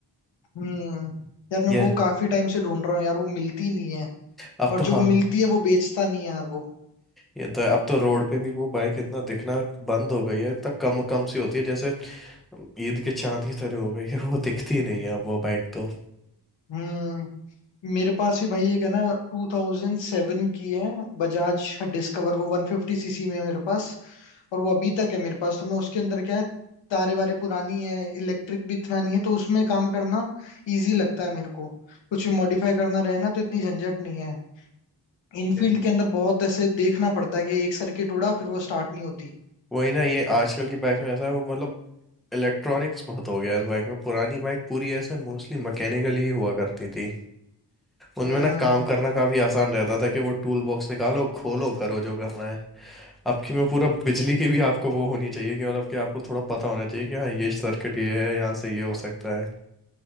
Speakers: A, on the left (about 85°); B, in the centre.
A: हम्म यार मैं
B: ये
A: वो काफी टाइम से ढूंढ रहा हूँ यार वो मिलती नहीं है
B: अब
A: और
B: तो हाँ
A: जो मिलती है वो बेचता नहीं है यार वो
B: ये तो है। अब तो रोड पे भी वो बाइक इतना दिखना बंद हो गई है इतना कम कम सी होती है जैसे ईद के चांद की तरह हो गई है वो दिखती ही नहीं है अब वो बाइक तो
A: हम्म मेरे पास भी भाई एक है ना 2007 की है बजाज डिस्कवर वो 150 सीसी में है मेरे पास और वो अभी तक है मेरे पास तो मैं उसके अंदर क्या है तारे वारे पुरानी है इलेक्ट्रिक भी इतना नहीं है तो उसमें काम करना इजी लगता है मेरे को कुछ भी मॉडिफाई करना रहे ना तो इतनी झंझट नहीं है इनफील्ड
B: Yeah.
A: के अंदर बहुत ऐसे देखना पड़ता है कि एक सर्किट उड़ा फिर वो स्टार्ट नहीं होती
B: वही ना ये आजकल की बाइक में ऐसा है वो मतलब इलेक्ट्रॉनिक्स बहुत हो गया है इस बाइक में पुरानी बाइक पूरी ऐसे मोस्टली मैकेनिकली ही हुआ करती थी उनमें
A: हम्म
B: ना काम करना काफी आसान रहता था कि वो टूल बॉक्स निकालो खोलो करो जो करना है आपकी में पूरा बिजली की भी आपको वो होनी चाहिए कि मतलब कि आपको थोड़ा पता होना चाहिए कि हाँ ये सर्किट ये है यहाँ से ये हो सकता है